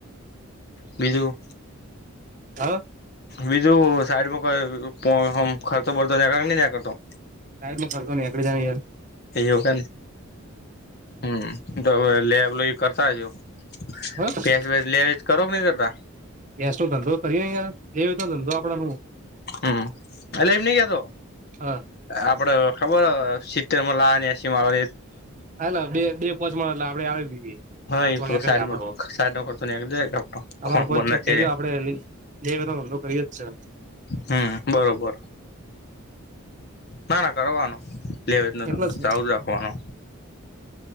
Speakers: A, on the left; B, on the right.
A: બીજું.
B: હા.
A: બીજું સાઈડમાં કોઈ ખર્ચો પડતો નીકડી ત્યાં કાતો.
B: સાહેબ ફડતો નને એક જાર.
A: વક હમ લેબ લ. કરતા છેું
B: હ
A: પેસ વે લે વેજ કરો કે નહી કરતા.
B: ગેસ નો ધંધો કરીાર લેવી તો ધંધો આપણા ન.
A: હમ એટ એમ નઈ ગયા તો
B: હા
A: આપડે. ખબર સીત લાની આસી માન.
B: હ બે પોચમાંટ આપડે આવી.
A: હા
B: સા
A: એ
B: તો અહિયાં
A: સાઈડમાં
B: જ આપડો
A: સાઈડ નો ખર્ચો નીકળી જાય
B: તમારે
A: ખ
B: હો કેજો આપડે. એ બધ ધંધો કયુ જ છે.
A: હમ બરોબર. ના ના કરવાનું લે
B: એટલે જ
A: ચજ રાખવાનો.